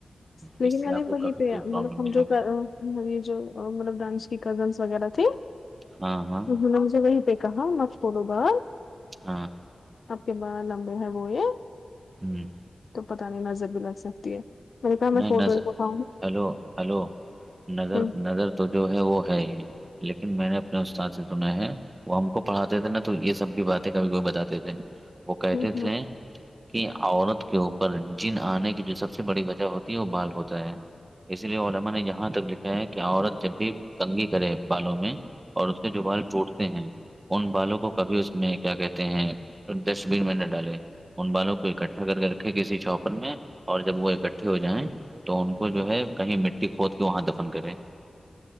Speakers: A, on the left (about 70°); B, on the right (about 25°).
A: لیکن
B: اس سے
A: میں
B: آپ
A: نے
B: کو
A: وہیں
B: کبھی
A: پہ
B: کوئی
A: مطلب
B: پرابلم
A: ہم
B: نہیں
A: جو
B: ہوگی
A: ہاں یہ جو مطلب ڈانس کی کزنس وغیرہ تھی
B: ہاں ہاں
A: <unintelligible>
B: ہاں
A: آپ کے بھال لمبر ہیں وہ یہ
B: ہوں
A: تو پتہ نہیں نظر بھی لگ سکتی ہے میں نے کہا
B: نہیں
A: میں فوٹو
B: نظر
A: ایک اٹھاؤں
B: ہلو ہلو نظر
A: گی
B: نظر تو جو ہے وہ ہے ہی لیکن میں نے اپنے استاد سے سنا ہے وہ ہم کو پڑھاتے تھے نا تو یہ سب بھی باتیں کبھی کب بتاتے تھے وہ کہتے
A: اچھا
B: تھے کہ عورت کے اوپر جن آنے کی جو سب سے بڑی وجہ ہوتی تیو بال ہوتا ہے اسی لیے علما نے یہاں تک لکھا ہے کہ عورت جب بھی کنگی کرے بالوں میں اور اس کے جو بال ٹوٹتے ہیں ان بالوں کو کبھی اس میں کیا کہتے ہیں ڈسٹ بین میں نہ ڈالے ان بالوں کو اکٹھا کر کے رکھے کسی چاپر میں اور جب وہ اکٹھا ہو جائیں تو ان کو جو ہے کہیں مٹی کھود کے وہاں دفن کریں